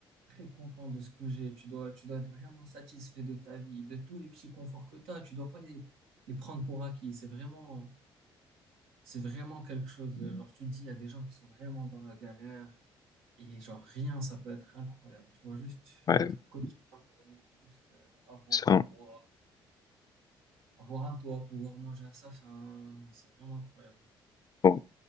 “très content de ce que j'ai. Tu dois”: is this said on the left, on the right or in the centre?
Right